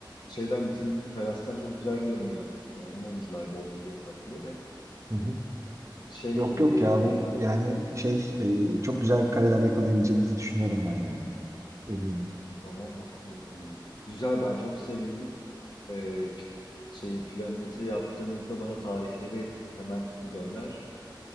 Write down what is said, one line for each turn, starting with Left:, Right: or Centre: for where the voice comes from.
Left: Şeyden bizim terastan çok güzel görünüyor. Yani mumcular Bodrum değil tabii ki de. de.
Right: Hı hı.
Left: Şey
Right: Yok
Left: e,
Right: yok ya bu
Left: o
Right: yani şey e, çok güzel kareler yakalayabileceğimizi düşünüyorum ben yani eminim.
Left: tamam mı? Güzel ben çok sevindim. e, pi- şey planınızı yaptığınızda bana tarihleri hemen gönder.